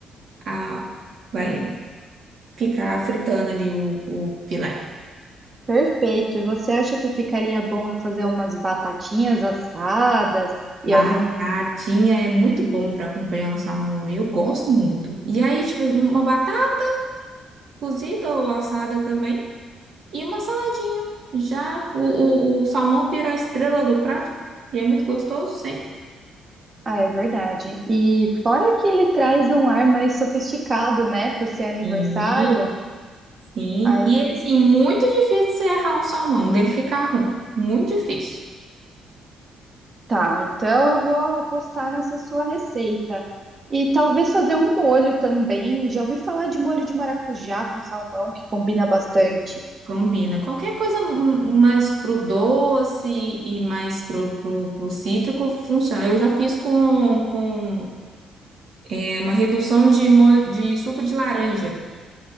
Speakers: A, on the right; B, on the right.
A: a. Vai ficar fritando ali o, o filé.
B: Perfeito. E você acha que ficaria bom eu fazer umas batatinhas assadas e
A: Batatinha
B: alguns.
A: é muito bom para acompanhar o salmão. Eu gosto muito. E aí, tipo, uma batata cozida ou assada também e uma saladinha. Já o, o, o salmão vira a estrela do prato e é muito gostoso sempre.
B: Ah, é verdade. E fora que ele traz um ar mais sofisticado, né? Por ser aniversário.
A: Sim, sim.
B: Aí
A: E assim, muito difícil você errar um salmão, dele ficar ruim. Muito difícil.
B: tá. Então eu vou apostar nessa sua receita. E talvez fazer um molho também. Já ouvi falar de molho de maracujá com salmão, que combina bastante.
A: Combina. Qualquer coisa hum, mais pro doce e mais pro, pro, pro cítrico funciona. Eu já fiz com, com É uma redução de, mo- de suco de laranja.